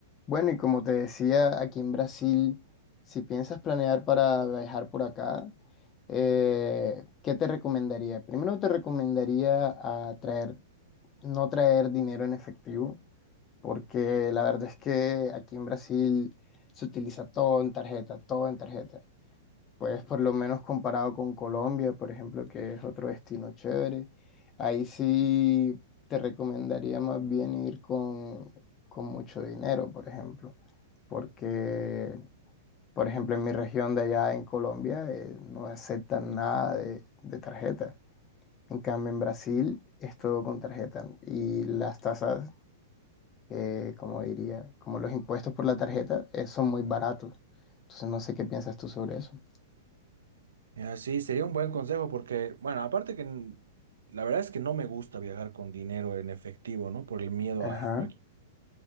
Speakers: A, on the left; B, on the right.
A: Bueno, y como te decía, aquí en Brasil, si piensas planear para viajar por acá, eh, ¿qué te recomendaría? Primero te recomendaría a traer, no traer dinero en efectivo, porque la verdad es que aquí en Brasil se utiliza todo en tarjeta, todo en tarjeta. Pues por lo menos comparado con Colombia, por ejemplo, que es otro destino chévere, ahí sí te recomendaría más bien ir con, con mucho dinero, por ejemplo, porque, por ejemplo, en mi región de allá en Colombia eh, no aceptan nada de, de tarjeta. En cambio, en Brasil es todo con tarjeta y las tasas, eh, como diría, como los impuestos por la tarjeta, eh, son muy baratos. Entonces no sé qué piensas tú sobre eso.
B: Mira, sí, sería un buen consejo porque, bueno, aparte que n- la verdad es que no me gusta viajar con dinero en efectivo, ¿no? Por el miedo
A: Ajá.
B: a cualquier...